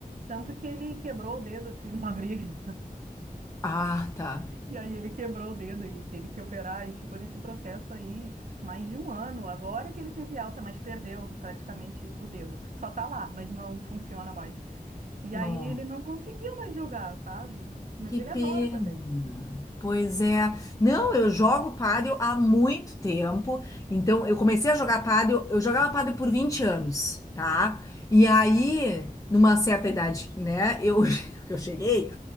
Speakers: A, on the right (about 60°); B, on the left (about 20°).
A: Tanto que ele quebrou o dedo assim <laughs> numa briga.
B: Ah, tá.
A: E aí ele quebrou o dedo e teve que operar e ficou nesse processo aí mais de um ano. Agora que ele teve alta, mas perdeu praticamente o dedo. Só tá lá, mas não funciona mais. E
B: Não,
A: aí ele não conseguiu mais jogar, sabe? Mas
B: que
A: ele
B: pena.
A: adora também.
B: Pois é. Não, eu jogo pádel há muito tempo. Então, eu comecei a jogar pádel, eu jogava pádel por 20 anos, tá? E aí, numa certa idade, né, eu, <laughs> eu cheguei,